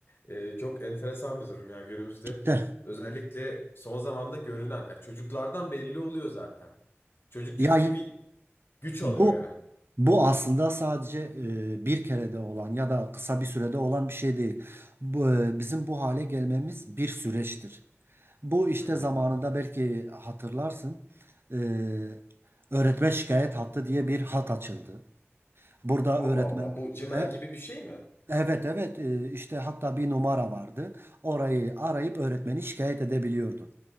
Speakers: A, on the left (about 55°); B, on the right (about 55°).
A: E, çok enteresan bir durum ya günümüzde.
B: De,
A: Özellikle son zamanda görünen. Ya çocuklardan belli oluyor zaten. Çocuk
B: Ya
A: çünkü bir güç
B: bu
A: alıyor yani.
B: bu aslında sadece e, bir kerede olan ya da kısa bir sürede olan bir şey değil. Bu, e, bizim bu hale gelmemiz bir süreçtir. Bu işte
A: Hı hı.
B: zamanında belki hatırlarsın e, öğretmen şikayet hattı diye bir hat açıldı. Burada
A: Allah
B: öğretmen
A: Allah. Bu cimer
B: e,
A: gibi bir şey mi?
B: evet evet e, işte hatta bir numara vardı. Orayı arayıp öğretmeni şikayet edebiliyordu.